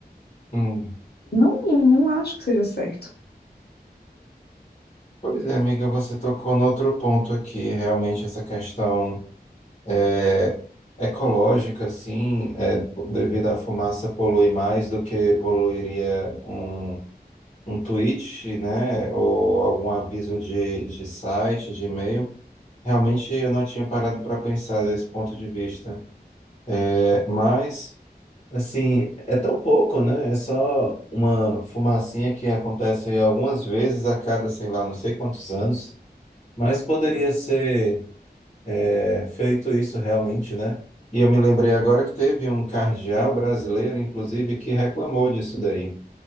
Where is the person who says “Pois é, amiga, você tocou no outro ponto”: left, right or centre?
Left